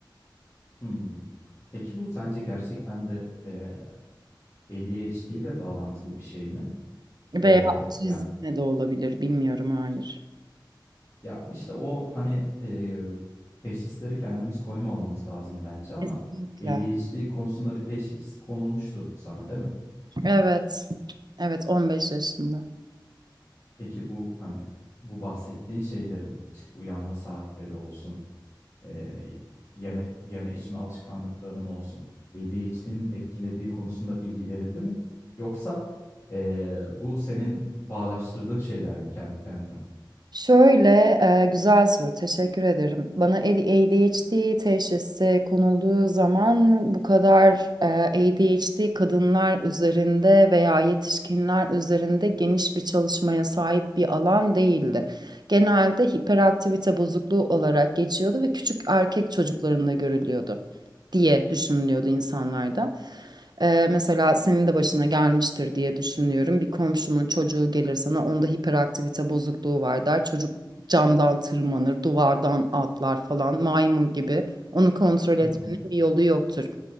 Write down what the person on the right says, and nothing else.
Veya
otizmle
de olabilir bilmiyorum hayır.
Kesinlikle.
Evet. Evet 15 yaşında.
Şöyle e, güzel soru teşekkür ederim. Bana ADHD teşhisi konulduğu zaman bu kadar e, ADHD kadınlar üzerinde veya yetişkinler üzerinde geniş bir çalışmaya sahip bir alan değildi. Genelde hiperaktivite bozukluğu olarak geçiyordu ve küçük erkek çocuklarında görülüyordu diye düşünülüyordu insanlarda. Ee, mesela senin de başına gelmiştir diye düşünüyorum. Bir komşunun çocuğu gelir sana onda hiperaktivite bozukluğu var der. Çocuk camdan tırmanır, duvardan atlar falan maymun gibi. Onu kontrol etmenin
bir yolu yoktur.